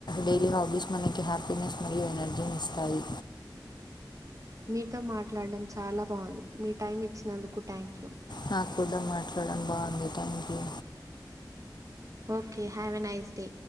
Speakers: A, on the left (about 65°); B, on the right (about 45°).
A: డైలీ హాబీస్ మనకి హ్యాపీనెస్ మరియు ఎనర్జీని ఇస్తాయి
B: మీతో మాట్లాడడం చాలా బాగుంది మీ టైం ఇచ్చినందుకు థ్యాంక్ యూ
A: నా కూడా మాట్లాడడం బాగుంది thank you
B: okay have a nice day